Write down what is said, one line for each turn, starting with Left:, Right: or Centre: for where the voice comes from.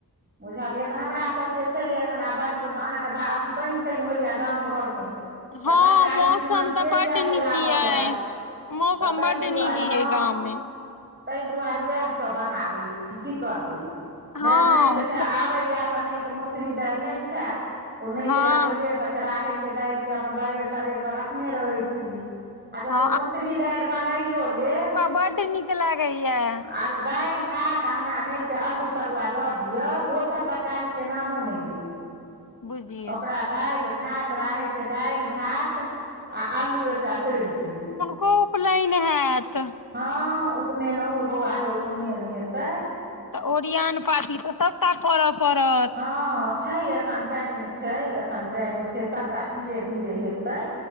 Right: बुझलियै, तऽ हमरासबके छैहे एखन आ बड सुख अहां क बा अथी पईन-तईन होइया गाम घरमे। तऽ
Left: हँ
Right: तरकारी
Left: मौसम
Right: तीमन
Left: तऽ
Right: के
Left: बड्ड
Right: जैत
Left: नीक
Right: लाबऽ
Left: ये
Right: लै।
Left: मौसम
Right: त तई
Left: बड्ड
Right: दुआरे
Left: नीक ये
Right: हँ।
Left: गाँव मे
Right: तई दुआरे उएहसब बना लै छी की करबै।
Left: हँ
Right: धैर नैत खैं आबैए, त नैत मोसरी दाईल नहि खैत ओ नैत
Left: हँ
Right: लए पहिलेसँ खे राहैरकेँ दाईल केऽ अपन दरड़ि तरड़ि कऽ रखने रहै छी। आ यदि
Left: हँ
Right: मोसरी दाईल बनाइयो लेब।
Left: बड नीक लागै यैं।
Right: आल दाईल, भात आ हमरा नैतके अल्लू तरुआ दऽ दियौ, दोसर तरकारीके नामो नहि लेत।
Left: बुझियौ
Right: ओकरा दाईल, भात राहैर दाईल, भात आ अल्लू एकटा तैइर दियौ।
Left: उपलैन हेत।
Right: हँ उपनयन ओहो बौआके उपनैन हेतै।
Left: तऽ ओरियान पाती तऽ ओहो। करऽ पड़त
Right: हँ
Left: ह।
Right: छै एखन टाइम छै एखन टाइम छै सभटा धीरे धीरे हेतै